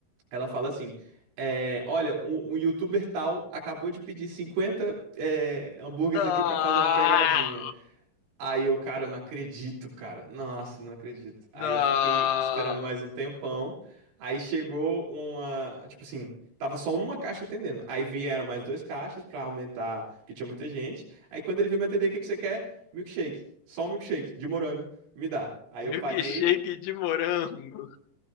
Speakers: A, on the right (about 85°); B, on the left (about 80°).
A: Ela fala assim. é, olha, um, um youtuber tal acabou de pedir 50 é, hambúrgueres
B: Não,
A: aqui pra fazer uma pegadinha. Aí eu, cara, eu não acredito, cara. Nossa, não acredito. Aí
B: não.
A: eu fiquei esperando mais um tempão. Aí chegou uma, tipo assim, tava só uma caixa atendendo. Aí vieram mais dois caixas pra aumentar, porque tinha muita gente. Aí quando ele veio me atender, o que que você quer? Milkshake. Só um milkshake de morango. Me dá. Aí eu
B: Milkshake
A: paguei.
B: de morango.